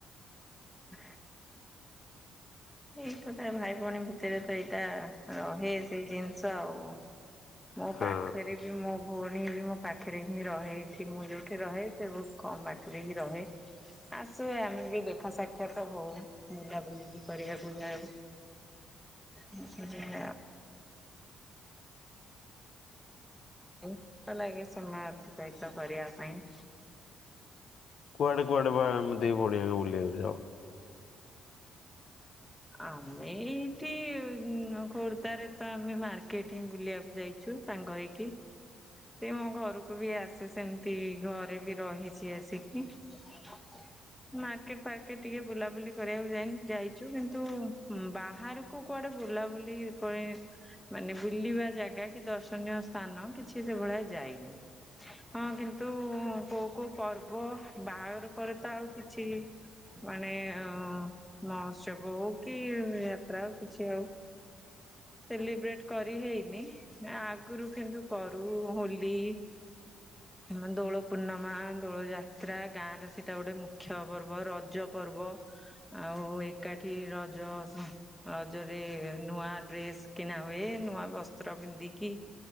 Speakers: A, in the centre; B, on the left.
A: ହ। ଯେ ଏକତା ଭାଇ ଭଉଣୀ ଭିତରେ ତ ଏଇଟା ରହେ ସେଇ ଜିନିଷ ଆଉ। ମୋ
B: ହଁ
A: ପାଖରେ ମୋ ଭଉଣୀ ବି ମୋ ପାଖରେ ହିଁ ରହେ ଏଠି। ମୁଁ ଯୋଉଠି ରହେ ସେ ବହୁତ କମ ପାଖରେ ହିଁ ରହେ। ଆସେ ଆମେ ବି ଦେଖା ସାକ୍ଷାତ ହଉ। ବୁଲା ବୁଲି ବି କରିବାକୁ ଯାଉ। <unintelligible> <unintelligible> ସହିତ କରିବା ପାଇଁ।
B: କୁଆଡେ କୁଆଡେ ବା ଏମିତି ପଳେଇବାକୁ ବୁଲେଇବୁଲି ଆଉ!
A: ଆମେ ଏଇଠି ଖୋର୍ଦ୍ଧାରେ ତ ଆମେ ମାର୍କେଟ ହିଁ ବୁଲିବାକୁ ଯାଇଚ ଚୁ ସାଙ୍ଗ ହେଇକି। ସେ ମୋ ଘରକୁ ବି ଆସେ ସେମିତି। ଘରେ ବି ରହିଚି ଆସିକି। ମାର୍କେଟ ଫାର୍କେଟ ଟିକେ ବୁଲାବୁଲି କରିବାକୁ ଯାଇ ଯାଇଚୁ କିନ୍ତୁ ତୁ ବାହାରକୁ କୁଆଡେ ବୁଲାବୁଲି ପାଇଁ ମାନେ ବୁଲିବା ଜାଗା କି ଦର୍ଶନୀୟ ସ୍ଥାନ କିଛି ସେଗୁଡା ଯାଇନି। ହଁ କିନ୍ତୁ କୋଉ କୋଉ ପର୍ବ ବାହାଘର ପରେ ତ ଆଉ କିଛି ମାନେ ମହୋତ୍ସବ ହଉ କି ଯାତ୍ରା ଆଉ କିଛି ଆଉ ସେଲିବ୍ରେଟ କରି ହେଇନି। ଆ ଆଗରୁ କିନ୍ତୁ କରୁ ହୋଲି ଆମ ଦୋଳ ପୂର୍ଣମା, ଦୋଳ ଯାତ୍ରା, ଗାଁ ର ସେଇଟା ଗୋଟେ ମୁଖ୍ୟ ପର୍ବ ର ରଜ ପର୍ବ ଆଉ ଏକାଠି ରଜ ରଜରେ ନୂଆ ଡ୍ରେସ କିଣା ହୁଏ ନୂଆ ବସ୍ତ୍ର ପିନ୍ଧିକି